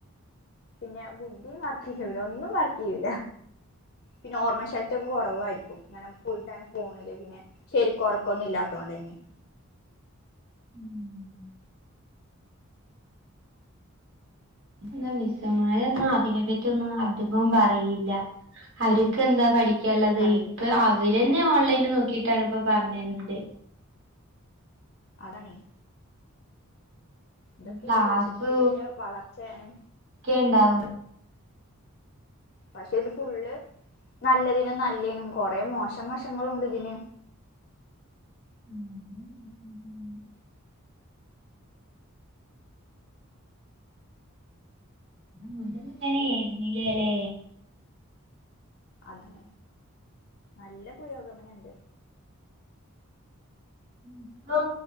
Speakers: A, on the left; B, on the right.
A: പിന്നെ ബുദ്ധി വർക്ക് ചെയ്യൂല ഒന്നും വർക്ക് ചെയ്യൂല പിന്നെ ഓർമ്മ ശക്തി ക്കെ കുറവായിരിക്കും ഇങ്ങനെ ഫുൾ ടൈം ഫോണില് പിന്നെ ശരിക്ക് ഉറക്കമൊന്നും ഇല്ലാത്തത് കൊണ്ട് തന്നെ
B: <inaudible> എന്താ മിസ്സ്‌മാര് ഒന്നും അതിനെ പറ്റി ഒന്നും അധികം പറയില്ല അവർക്ക് എന്താ പഠിക്കാനുള്ളത്
A: പറയില്ല
B: ഇപ്പം അവരന്നെ ഓൺലൈനിൽ നോക്കീട്ടാണ് ഇപ്പം പറഞ്ഞു തരുന്നത്
A: അതാണേ ഇന്തൊക്കെ
B: ക്ലാസ്
A: ഈ സോഷ്യൽ മീഡിയന്റെ വളർച്ചയാണ്
B: ക്കെ ഇണ്ടാവുന്നത്
A: പക്ഷെ ഇത് ഫുള്ള് നല്ലതിനും നല്ലതിനും കൊറെ മോശം വശങ്ങളുണ്ട് ഇതിന്
B: മ് മുന്നേ അങ്ങനൊയിരുന്നില്ല അല്ലേ
A: അതെ നല്ല പുരോഗമനണ്ട്
B: ഇപ്പൊ